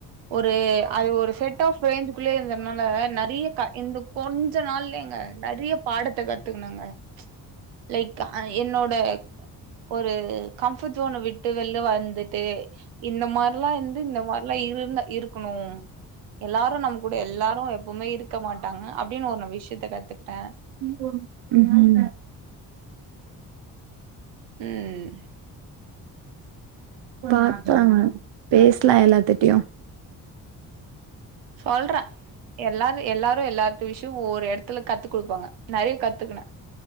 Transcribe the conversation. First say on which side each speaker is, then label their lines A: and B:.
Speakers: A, on the right; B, on the right.
A: ஒரு அது ஒரு செட் ஆஃப் ரேன்ஞ்குள்ளயே இருந்ததுனால நெறிய க இந்த கொஞ்ச நாள்லேங்க நெறிய பாடத்த கத்துக்கனங்க லைக் ஐ என்னோட ஒரு கம்ஃபர்ட் ஜோனை விட்டு வெளில வந்துட் டு இந்த மாரிலா இருந்து இந்த மாரிலா இருந்த இருக்குணு எல்லாரு நம்ம கூட எல்லாரு எப்பவுமே இருக்க மாட்டாங்க அப்டின்னு ஒரு நா விஷயத்த கத்துக்கிட்டே
B: ம்ஹூம்
A: ம்
B: பாப்பாங் பேசலா எல்லாத்திட்டயு
A: சொல்றே எல்லாரு எல்லாரு எல்லாத் விஷயோ ஒரு எடத்துல கத்து குடுப்பாங்க நெறைய கத்துக்குனே